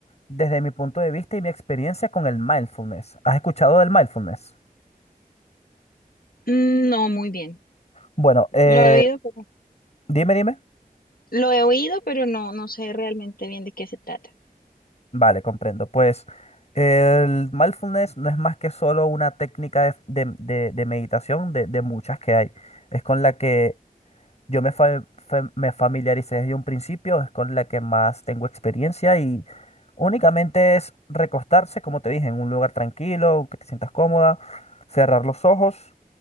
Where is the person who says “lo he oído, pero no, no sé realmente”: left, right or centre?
Left